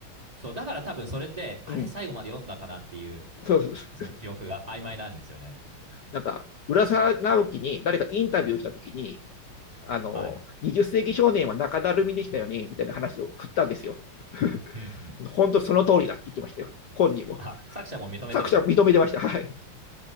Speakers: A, on the right (about 15°); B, on the left (about 60°).
A: そう、だから多分それで、あれ最後まで読んだかなっていう、
B: うん。そうそうそう。
A: その記憶が曖昧なんですよね。
B: なんか、浦沢直樹に誰かインタビューしたときに、あの、
A: はい。
B: 20世紀少年は中だるみでしたよね、みたいな話を振ったんですよ。<laughs>
A: うんうん。
B: 本当その通りだって言ってましたよ。本人も。
A: あ、作者も認めてるんですね。
B: 作者認めてました。はい。